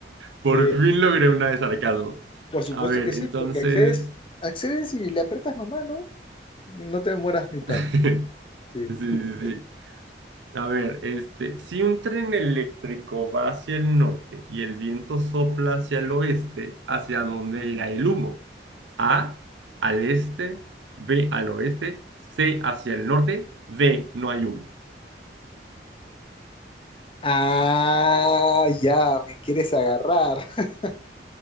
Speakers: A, on the right; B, on the left.
A: Por
B: eh,
A: fin logré una de sarcasmo.
B: por supuesto
A: A ver,
B: que sí,
A: entonces.
B: porque accedes, accedes y le aprietas nomás, ¿no? No te demoras ni
A: <laughs>
B: tanto. Sí,
A: Sí, sí,
B: sí.
A: sí. A ver, este, si un tren eléctrico va hacia el norte y el viento sopla hacia el oeste, ¿hacia dónde irá el humo? A, al este, B, al oeste, C, hacia el norte, D, no hay humo.
B: Ah, ya, me quieres agarrar. <laughs>